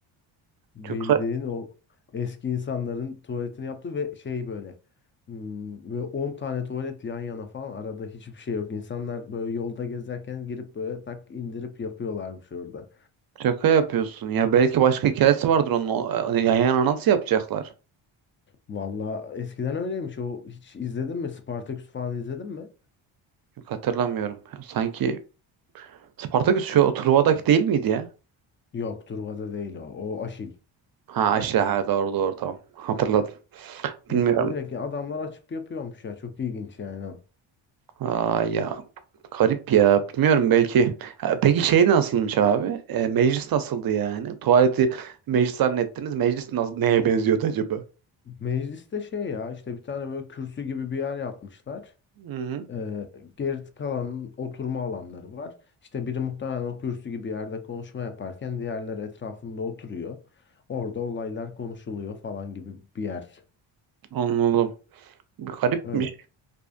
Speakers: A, on the left (about 25°); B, on the right (about 50°).
A: Bildiğin
B: Çok
A: o eski insanların tuvaletini yaptı ve şey böyle hmm, ve 10 tane tuvalet yan yana falan arada hiçbir şey yok. İnsanlar böyle yolda gezerken girip böyle tak indirip yapıyorlarmış orada.
B: Şaka yapıyorsun ya. Belki başka hikayesi vardır onun. O- e, Hani yan yana nasıl yapacaklar?
A: Valla eskiden öyleymiş. O hiç izledin mi? Spartaküs falan izledin mi?
B: Yok hatırlamıyorum. Ya sanki Spartaküs şu Truva'daki değil miydi ya?
A: Yok, Truva'da değil o. O Aşil.
B: Ha işte ha doğru doğru tamam. Hatırladım.
A: Mesela
B: Bilmiyorum.
A: direkt adamlar açıp yapıyormuş ya. Çok ilginç yani.
B: Aa ya garip ya. Bilmiyorum belki. Ha, peki şey nasılmış abi? E, meclis nasıldı yani? Tuvaleti meclis zannettiniz. Meclis nasıl, neye benziyordu acaba?
A: Mecliste şey ya işte bir tane böyle kürsü gibi bir yer yapmışlar.
B: Hı-hı,
A: Ee, geri kalanın oturma alanları var. İşte biri muhtemelen o kürsü gibi yerde konuşma yaparken diğerleri etrafında oturuyor. Orada olaylar konuşuluyor falan gibi bir yer.
B: anladım. Garipmiş.
A: Öyle